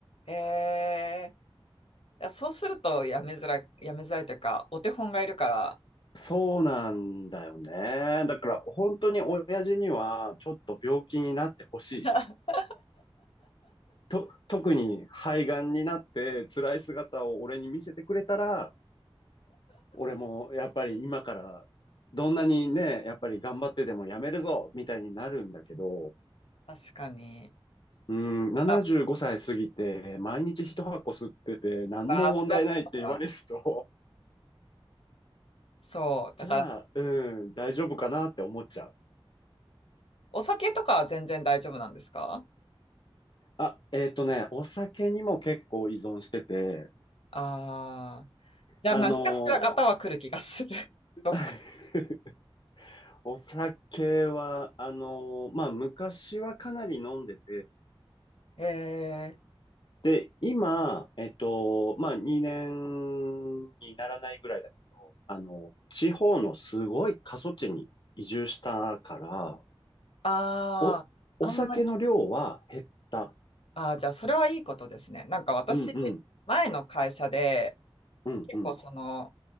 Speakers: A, on the left; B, on the left.
A: ええいやそうするとやめづらい、やめづらいというか、お手本がいるから、
B: そうなんだよね。だから本当に親父にはちょっと病気になってほしい。
A: <laughs>
B: と、特に肺がんになって辛い姿を俺に見せてくれたら、俺もやっぱり今からどんなにね、やっぱり頑張ってでもやめるぞみたいになるんだけど、
A: 確かに。
B: うん、75歳過ぎて毎日一箱吸ってて何も問題ないって言われると、
A: あ、あそれはそうか。そう。
B: <laughs>
A: だから、
B: じゃあ、うん、大丈夫かなって思っちゃう。
A: お酒とかは全然大丈夫なんですか
B: あ、えっとね、お酒にも結構依存してて、
A: ああー。じゃあ何かしらガタは来る気がする。
B: あの、
A: <laughs>
B: <laughs>
A: どっか。
B: お酒は、あの、まあ、昔はかなり飲んでて、
A: ええ
B: で、今、えっと、まあ、2年にならないぐらいだけど、あの、地方のすごい過疎地に移住したから、
A: ああ、
B: お、
A: あんまり。
B: お酒の量は減った。
A: ああ、じゃあそれはいいことですね。なんか私、
B: うんうん、
A: 前の会社で、
B: うんうん。
A: 結構その、